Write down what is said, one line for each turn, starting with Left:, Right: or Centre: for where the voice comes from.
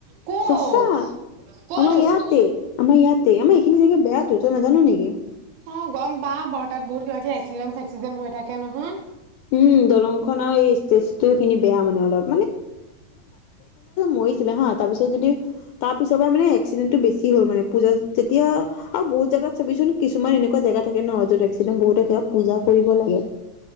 Right: ক'ত
Left: সঁচা
Right: ক'ত
Left: আমাৰ
Right: হৈছে
Left: ইয়াতে আমাৰ ইয়াতে আমাৰ সখিনি বেয়া তত নাজানো নেকি!
Right: অঁ গম পা ৰ্তাত বহুত ক হৈছে এক্সিডেণ্ট চেক্সিডেণ্ট হৈ থাকে নহয়
Left: উম, দলংখন আৰু এই ষ্টেজটো খিনি বেয়া মানে অলপ মছিলে হা তাৰ পিছ যদি তাৰ পিছৰ পৰা মানে এক্সিডেণ্টটো বেছি হ'ল মানে পূজা তেতিয়া আৰু বহুত জোগাত চবিচোন কিছুমান এনেকুৱা জেগাত থাকে ন অ যত এক্সটেণ্ড বহুত পূজা কৰিব লাগে